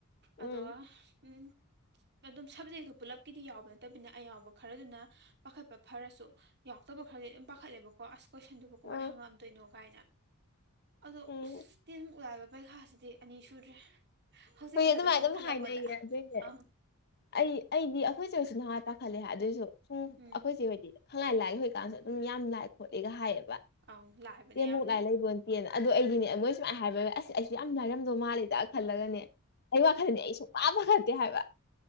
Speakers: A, on the left; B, on the right.
A: ꯎꯝ
B: ꯑꯗꯣ ꯎꯝ ꯑꯗꯨꯝ ꯁꯕꯖꯦꯛꯇꯨ ꯄꯨꯜꯂꯞꯀꯤꯗꯤ ꯌꯥꯎꯕ ꯅꯠꯇꯕꯤꯅꯤꯅ ꯑꯌꯥꯎꯕ ꯈꯔꯗꯨꯅ ꯄꯥꯈꯠꯄ ꯐꯔꯁꯨ ꯌꯥꯎꯗꯕ ꯈꯔꯗꯤ ꯑꯗꯨꯝ ꯄꯥꯈꯠꯂꯦꯕꯀꯣ ꯑꯁ ꯀꯣꯏꯁꯟꯗꯨꯕꯨ ꯀꯃꯥꯏꯅ
A: ꯎꯝ
B: ꯍꯪꯉꯛꯑꯝꯗꯣꯏꯅꯣ ꯀꯥꯏꯅ ꯑꯗꯣ
A: ꯎꯝ
B: ꯑꯁ ꯇꯤꯟꯃꯨꯛ ꯂꯥꯏꯕ ꯄꯔꯤꯈꯥꯁꯤꯗꯤ ꯑꯅꯤ ꯁꯨꯗ꯭ꯔꯦ ꯍꯧꯖꯤꯛ
A: ꯍꯣꯏ
B: ꯈꯛꯇꯗ
A: ꯑꯗꯨꯃꯥꯏꯅ
B: ꯁꯨꯝ
A: ꯑꯗꯨꯝ
B: ꯈꯜꯂꯛꯄꯗ
A: ꯍꯥꯏꯅꯩꯌꯦ ꯑꯗꯨꯏꯅꯦ
B: ꯑ
A: ꯑꯩ ꯑꯩꯗꯤ ꯑꯩꯈꯣꯏꯁꯦ ꯑꯣꯏꯁꯨ ꯅꯍꯥ ꯇꯥꯈꯠꯂꯦ ꯑꯗꯨꯑꯣꯏꯁꯨ ꯁꯨꯝ
B: ꯎꯝ
A: ꯑꯩꯈꯣꯏꯁꯦ ꯑꯣꯏꯗꯤ ꯈꯪꯂꯥꯏ ꯂꯥꯏꯒꯤ ꯍꯣꯏꯀꯥꯟꯁꯨ ꯑꯗꯨꯝ ꯌꯥꯝ ꯂꯥꯏ ꯈꯣꯠꯂꯤꯒ ꯍꯥꯏꯌꯦꯕ
B: ꯑꯪ ꯂꯥꯏꯕꯅꯦ
A: ꯇꯦꯃꯨꯛ
B: ꯌꯥꯝꯅ
A: ꯂꯥꯏ ꯂꯩꯕꯣꯅ ꯇꯦꯅ ꯑꯗꯨ ꯑꯩꯗꯤꯅꯦꯣꯏ
B: ꯎꯝ
A: ꯁꯨꯃꯥꯏꯅ ꯍꯥꯏꯕ ꯑꯁ ꯑꯩꯁꯨ ꯌꯥꯝ ꯂꯥꯏꯔꯝꯗꯧ ꯃꯥꯜꯂꯤꯦꯗ ꯈꯜꯂꯒꯅꯦ ꯑꯩ ꯋꯥꯈꯜꯅꯦ ꯑꯩ ꯁꯨꯡ ꯃꯥ ꯐꯒꯠꯠꯇꯦ ꯠꯇꯦ ꯍꯥꯏꯕ